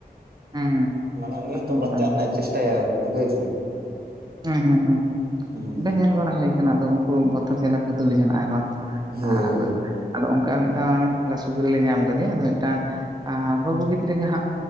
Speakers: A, on the right; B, on the right.
A: ᱦᱮᱸ
B: ᱢᱟᱱᱮ ᱩᱱᱤ
A: ᱠᱟᱛᱷᱟ
B: ᱦᱚᱸᱛᱚ
A: ᱢᱟ
B: ᱵᱟᱧᱪᱟᱜ
A: ᱠᱟᱱ
B: ᱨᱮᱱᱟᱜ ᱮ ᱪᱮᱥᱴᱟᱭᱟᱭ ᱟᱨᱠᱤ ᱦᱳᱭᱥᱮ
A: ᱦᱩᱸ ᱦᱩᱸ ᱦᱩᱸ
B: ᱦᱩᱸ
A: ᱚᱸᱰᱮ ᱧᱮᱞ ᱵᱟᱲᱟ ᱦᱩᱭ ᱠᱟᱱᱟ ᱟᱫᱚ ᱩᱱᱠᱩ ᱵᱚᱛᱚᱨ ᱡᱟᱞᱟ ᱠᱚ ᱫᱟᱹᱲ ᱡᱚᱱᱚᱜ-ᱟ ᱦᱮ ᱵᱟᱝ
B: ᱦᱳᱭ
A: ᱟᱨ ᱟᱫᱚ ᱚᱱᱠᱟ ᱢᱤᱫ ᱫᱷᱟᱣ ᱥᱩᱨᱤ ᱞᱮ ᱧᱟᱢ ᱠᱟᱫᱮᱭᱟ ᱟᱫᱚ ᱢᱮᱫᱴᱟᱝ ᱵᱟᱹᱵᱩ ᱜᱤᱫᱽᱨᱟᱹ ᱡᱟᱦᱟᱸ